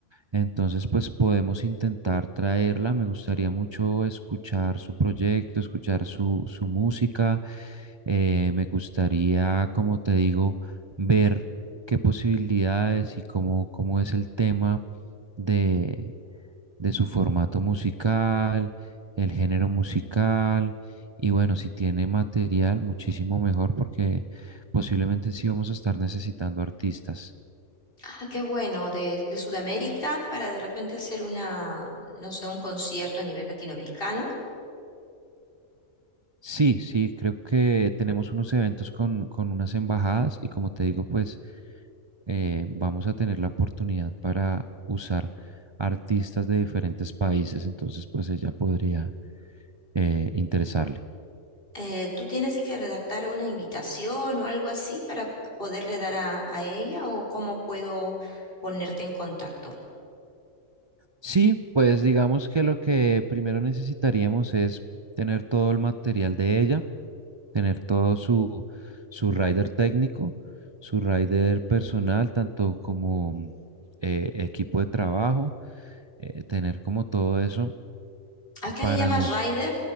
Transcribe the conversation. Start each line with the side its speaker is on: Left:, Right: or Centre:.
Right: Entonces, pues podemos intentar traerla. Me gustaría mucho escuchar su proyecto, escuchar su, su música. Eh, me gustaría, como te digo, ver qué posibilidades y cómo, cómo es el tema de de su formato musical, el género musical, y bueno, si tiene material, muchísimo mejor porque posiblemente sí vamos a estar necesitando artistas.
Left: Ah, qué bueno, de, de Sudamérica para de repente hacer una, no sé, un concierto a nivel latinoamericano.
Right: Sí, sí, creo que tenemos unos eventos con, con unas embajadas y como te digo, pues eh, vamos a tener la oportunidad para usar artistas de diferentes países, entonces pues ella podría eh, interesarle.
Left: Eh, ¿tú tienes que redactar una invitación o algo así para p- poderle dar a, a ella o cómo puedo ponerte en contacto?
Right: Sí, pues digamos que lo que primero necesitaríamos es tener todo el material de ella, tener todo su, su rider técnico, su rider personal, tanto como mm, eh, equipo de trabajo, eh, tener como todo eso
Left: ¿A qué
Right: para
Left: le llamas
Right: nos...
Left: Rider?